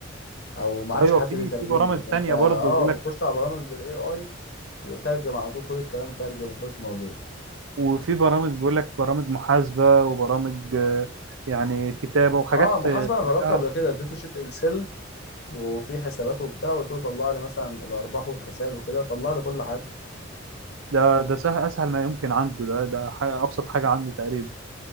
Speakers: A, on the left; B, on the right.
A: او ما عادش
B: ايوه
A: حد
B: في
A: بيترجم
B: في برامج
A: لك انت
B: تانية
A: اه
B: برضه بيقول لك
A: بتخش على برامج بالاي اي وترجم على طول خد الكلام ترجم وخلص الموضوع
B: وفي برامج بيقول لك برامج محاسبة وبرامج آه، يعني كتابة وحاجات
A: اه محاسبه
B: آه،
A: انا
B: كلها
A: جربته قبل كده اديته شيت اكسل وفي حسابات وبتاع وقلت له طلع لي مثلا الارباح والخسائر وكده طلع لي كل حاجه
B: ده ده سهل اسهل ما يمكن عنده ده ده حاجة ابسط حاجة عنده تقريبا